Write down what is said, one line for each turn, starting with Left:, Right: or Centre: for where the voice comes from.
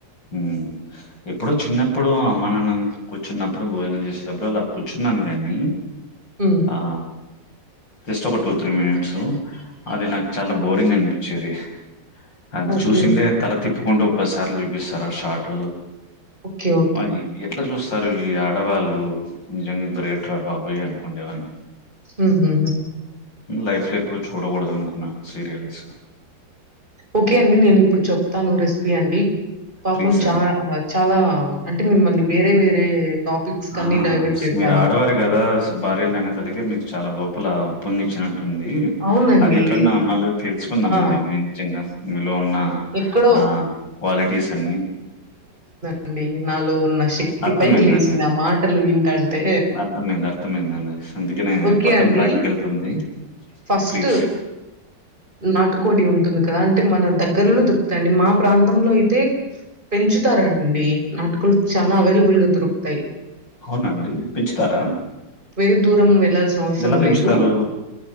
Left: ఉమ్ ఎప్పుడో చిన్న అప్పుడు అమ్మ నాన్న కూర్చున్నప్పుడు భోజనం చేసేటప్పుడు అలా కూర్చున్నాను కానీ
Right: హ్మ్.
Left: ఆ జస్ట్ ఒక టూ త్రీ మినిట్స్ అది నాకు చాలా బోరింగ్ అనిపించేది అది
Right: ఓకే.
Left: చూసిందే తల తిప్పుకుంటూ ఒక పదిసార్లు చూపిస్తారు ఆ షార్ట్
Right: ఓకే. ఓకే.
Left: మరీ ఎట్లా చూస్తారు ఈ ఆడవాళ్ళు నిజంగా గ్రేట్ రా బాబాయ్ అనుకోండేవన్నీ
Right: ఉహు
Left: లైఫ్ లో ఎప్పుడూ చూడకూడదు అనుకున్నాను సీరియల్స్
Right: ఓకే అండి నేను ఇప్పుడు చెప్తాను రెసిపీ అండి పాపం
Left: ప్లీజ్
Right: చాలా
Left: అండి
Right: చాలా అంటే మిమ్మల్ని వేరే వేరే టాపిక్స్ కన్నీ
Left: ఆ
Right: డైవర్ట్ చేశాను.
Left: మీరు ఆడవారు కదా సో భార్యలు అనే తలకి మీకు చాలా లోపల ఉప్పొం <inaudible> ఉంటుంది
Right: అవునండి.
Left: అది ఎప్పుడైనా మళ్ళ తెలుసుకుందామండి
Right: ఆ!
Left: నిజంగా లో ఉన్న
Right: ఎక్కడో
Left: ఆ క్వాలిటీస్ అన్ని
Right: అండి నాలో ఉన్న శక్తి
Left: అర్థమైందండి.
Right: పైకి లేచింది ఆ మాటలు వింటంటే
Left: అర్థమైంది. అర్థమైందండి. అందుకనే
Right: ఓకే
Left: పక్కన
Right: అండి
Left: ట్రాక్‌కెళ్తుంది.
Right: First
Left: please.
Right: నాటుకోడి ఉంటుంది కదా అంటే మన దగ్గరలోనే దొరు అండి మా ప్రాంతంలో అయితే పెంచుతారండి నాటుకోళ్ళు చానా అవైలబుల్ గా దొరుకుతాయి
Left: అవునండి పెంచుతారా
Right: వేర దూరం వెళ్లాల్సిన అవసరం
Left: ఎలా పెంచుతారు?
Right: లేదు